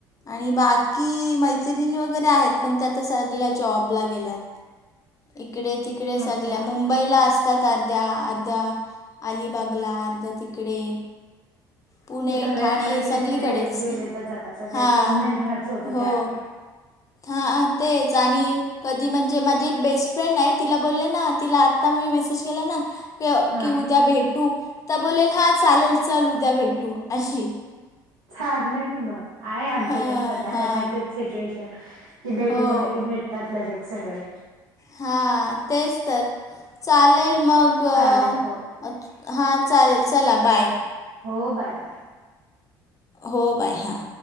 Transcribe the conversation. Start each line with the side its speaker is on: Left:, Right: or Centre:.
Left: आणि बाकी मैत्रिणी वगैरे आहेत पण त्या आता सगळ्या जॉबला गेल्यात. इकडे तिकडे सगळ
Right: अच्छा
Left: मु बईला असतात अर्ध्या अलिबागला अर्ध्या तिकडे पुणे
Right: ते सगळे
Left: ठाणे
Right: आता इकडे
Left: सगलीकडेच
Right: तिकडे गेलेतच आता सगळे
Left: हा
Right: कोण नाही ह्याच सोबत
Left: हो.
Right: जास्त
Left: हा तेच आणि कधी म्हणजे माझी एक बेस्ट फ्रेंड आहे तिला बोलले ना तिला आता मी मेसेज केला ना
Right: हा
Left: की उद्या भेटू तर बोलेल हा चालेल चल उद्या भेटू अशी आहे.
Right: छानलं की मग आहे आमचे
Left: हां,
Right: पण सध्या
Left: हां.
Right: तशाच सिच्युएशन. की भेटू
Left: हो.
Right: म्हणले की भेटतात लगेच सगळे.
Left: हां तेच तर चालेल मग अछ
Right: चालेल हो
Left: हां चालेल चला बाय.
Right: हो बाय बाय!
Left: हो बाय हां.